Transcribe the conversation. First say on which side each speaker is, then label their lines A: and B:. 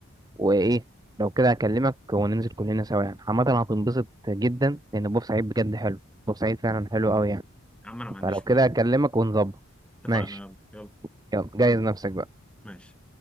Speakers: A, on the right; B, in the centre.
A: وإيه لو كده هكلمك وننزل كلنا سوا يعني عامة هتنبسط جدا لأن بورسعيد بجد حلو بورسعيد فعلا حلو أوي يعني
B: يا عم أنا ما عنديش
A: فلو كده
B: مانع
A: هكلمك ونظبط
B: اتفقنا
A: ماشي
B: يلا يلا
A: يلا جهز نفسك بقى
B: ماشي